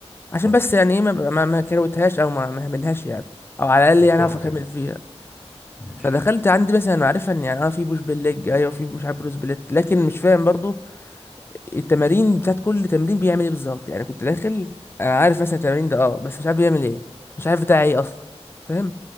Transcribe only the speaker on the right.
صح
صح
كده
ماشي